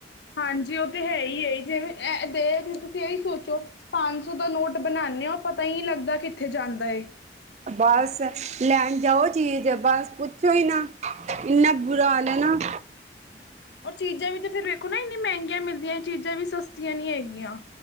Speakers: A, on the left (about 75°); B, on the right (about 40°).
A: ਹਾਂਜੀ ਉਹ ਤੇ ਹੈ ਹੀ ਹੈ, ਜਿਵੇਂ ਦੇ ਤੁਸੀਂ ਇਹੀ ਸੋਚੋ। ਪੰਜ ਸੌ ਦਾ ਨੋਟ ਬਣਾਉਂਦੇ ਹਾ, ਉਹ ਪਤਾ ਹੀ ਨਹੀਂ ਲੱਗਦਾ ਕਿੱਥੇ ਜਾਂਦਾ ਹੈ।
B: ਬਸ ਲੈਣ ਜਾਓ, ਚੀਜ਼ ਬਸ ਪੁੱਛੋ ਹੀ ਨਾ ਇੰਨਾ ਬੁਰਾ ਹਾਲ ਹੈ ਨਾ
A: ਔਰ ਚੀਜ਼ਾਂ ਵੀ ਤੇ ਫੇਰ ਵੇਖੋ ਨਾ, ਇੰਨੀ ਮਹਿੰਗੀਆਂ ਮਿਲਦੀਆਂ, ਚੀਜ਼ਾਂ ਵੀ ਸਸਤੀਆਂ ਨੀ ਹੈਗੀਆਂ।